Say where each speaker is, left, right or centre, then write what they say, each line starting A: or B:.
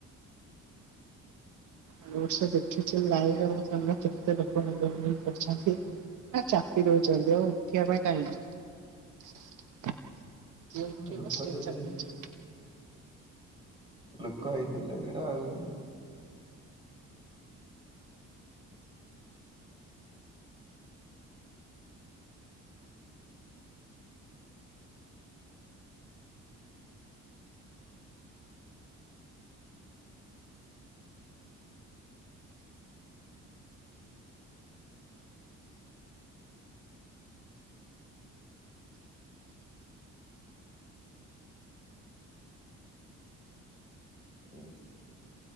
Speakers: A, on the right (about 80°); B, on the right (about 15°).
A: ମୁଁ ଏ ବର୍ଷ ଦେଖିଛି ଲାଇଭମ ସାମ୍ନା କେତେ ଲୋକ ମୁଣ୍ଡ ବୁଲେଇ ପଡିଛନ୍ତି। ଏରା ଚାପି ଦଉଛନ୍ତି ଆଉ ଉଠିବା ପାଇଁ ଟାଇମ ନାହିଁ। ଯେ
B: ହଁ
A: ଉଠେଇବ
B: ଲୋକ
A: ସେ
B: ସେଇରା
A: ବି ଚାପିଛି।
B: ଲୋକ ହେଇଥିଲେ ଭିଡ ଆଉ। ହୁଁ